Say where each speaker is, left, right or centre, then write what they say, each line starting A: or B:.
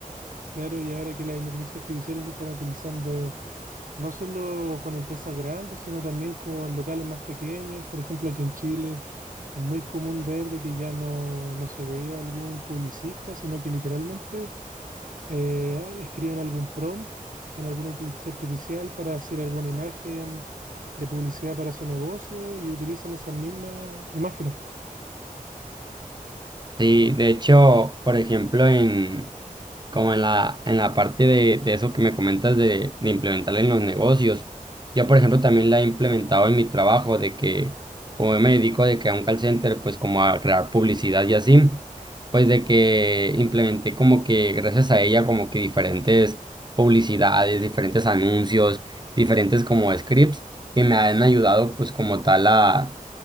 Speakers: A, on the right (about 65°); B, on the right (about 30°).
A: Claro, y ahora que las inteligencias artificiales se están utilizando no solo con empresas grandes, sino también con locales más pequeños. Por ejemplo, aquí en Chile es muy común ver de que ya no, no se veía algún publicista, sino que literalmente eh, ah, escriben algún prompt en alguna inteligencia artificial para hacer alguna imagen de publicidad para su negocio y utilizan esas mismas imágenes.
B: Sí, de hecho, por ejemplo, en... como en la, en la parte de, de eso que me comentas de, de implementar en los negocios. Yo, por ejemplo, también la he implementado en mi trabajo, de que como yo me dedico de que a un call center, pues como a crear publicidad y así, pues de que implementé como que gracias a ella como que diferentes publicidades, diferentes anuncios, diferentes como scripts que me han ayudado pues como tal a,